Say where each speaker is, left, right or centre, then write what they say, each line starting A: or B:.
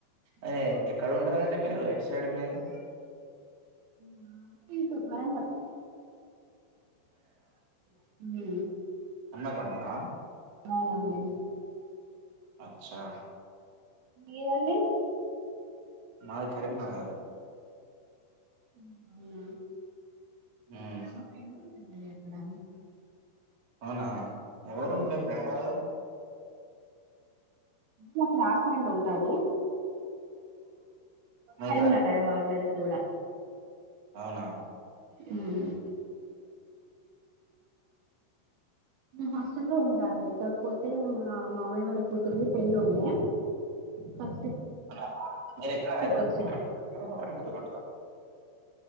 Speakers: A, on the right; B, on the right.
A: అదే ఎక్కడ ఉంటారండి మీరు ఎట్టు సైడ్ మీది
B: మాది ఇటు వరంగల్ <inaudible> హ
A: అమ్న్న కొండనా
B: అవునండి
A: అచ్చా
B: మీదండి
A: మాది కరీంనగర్
B: హ్మ్మ్ అవునా
A: మ్మ్
B: మా ఫ్రెండ్ ఉంది అండి అక్కడా
A: అవునా
B: అక్కడ
A: ఎవరు
B: ఉమ్,
A: మీ ఫ్రెండ్ ఎవరు
B: నా క్లాస్మేట్ ఉంటది.
A: మీ
B: కరీంనగర్
A: క్లా
B: వాళ్లది. కూడా
A: అవునా
B: నేను హాస్టల్లో ఉంటా అండి కాకపోతే మా మామయ్య వాళ్ళ కూతురిది పెళ్లి ఉండే ఫ
A: అ మీరు ఎక్కడ హైదరాబాద్
B: వచ్చా